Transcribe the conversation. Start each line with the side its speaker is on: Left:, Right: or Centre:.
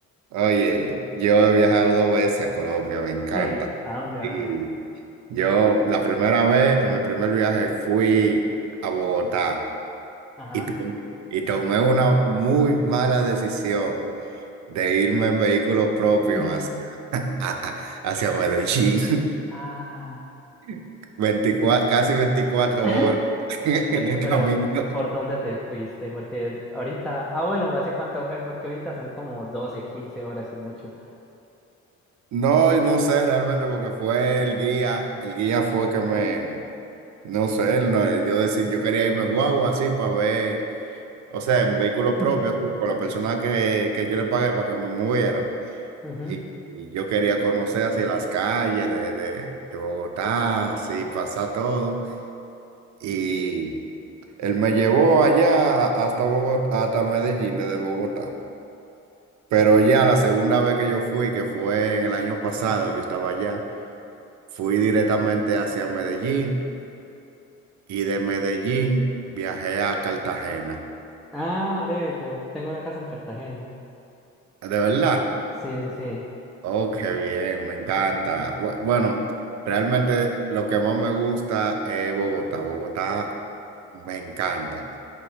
Right: Oye, yo he viajado dos veces a Colombia, me encanta.
Centre: Sí, ¿a dónde,
Right: Y
Centre: a dónde?
Right: yo la primera vez, en mi primer viaje, fui a Bogotá
Centre: Ajá.
Right: y, to- y tomé una muy mala decisión de irme en vehículo propio
Centre: <clears throat>
Right: hacia, <laughs> a- a- hacia Medellín.
Centre: Ah.
Right: <laughs> veinticuatro casi veinticuatro
Centre: <laughs>
Right: horas <laughs> de
Centre: Eh, eh,
Right: camino.
Centre: Pero, ¿por dónde te fuiste? Porque ahorita... Ah, bueno, ¿hace cuánto fue? Porque ahorita son como 12, 15 horas y mucho.
Right: No, no sé realmente porque fue el guía, el guía fue que me, No sé, él no, yo decía, yo quería irme en guagua así para ver, o sea, en vehículo propio,
Centre: <laughs>
Right: así, con la persona que, que yo le pagué para que me moviera.
Centre: Ujú.
Right: Y, y yo quería conocer así las calles de, de, de Bogotá, así pasar todo. Y él me llevó allá hasta Bogotá, hasta Medellín, desde Bogotá. Pero ya la segunda vez que yo fui, que fue en el año pasado, yo estaba allá, fui directamente hacia Medellín y de Medellín viajé a Cartagena.
Centre: Ah, breve, yo tengo una casa en Cartagena.
Right: De verdad.
Centre: Sí, sí, sí.
Right: Oh, qué bien, me encanta. Bu- Bueno, realmente lo que más me gusta es Bogotá. Bogotá me encanta.